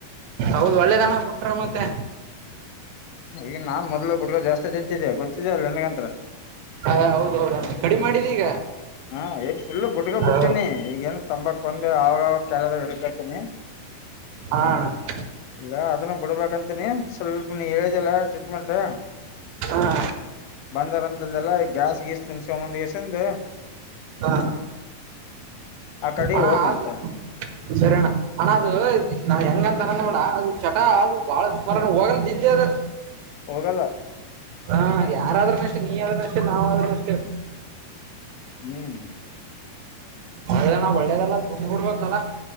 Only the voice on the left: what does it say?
ಈಗ ನಾ ಮೊದಲು ಗುಟಕಾ ಜಾಸ್ತಿ ತಿಂತಿದ್ದಿದೆೆ ಗೊತ್ತಿದೆ ಅಲ್ಲ ನಿನ್ಗಂತತ್ರ.
ಹಾ ಏ ಫುಲ್ ಗುಟ್ಗ
ಬಿಡ್ತೀನಿ ಈಗ ಏನು ತಂಬಾಕ್ಕ ಒಂದ ಆವಾಗವಾಗ ಕೆಲದ ಇಡಕಾತನಿ.
ಈಗ ಅದನ್ನ ಬಿಡ್ಬೇಕಂತೀನಿ ಸ್ವಲ್ಪ ನೀ ಹೇಳಿದಲ್ಲ ಟ್ರೀಟ್ಮೆಂಟ್.
ಬಂದಾರಂತಂದಲ್ಲ ಗ್ಯಾಸ್ ಗೀಸ್ ತುಂಬ್ಸಕೊಂದ ಗೇಸಂದ.
ಆ ಕಡೆ
ಹೋಮಂತ
ಹೋಗಲ್ಲ.
ಹ್ಮ್.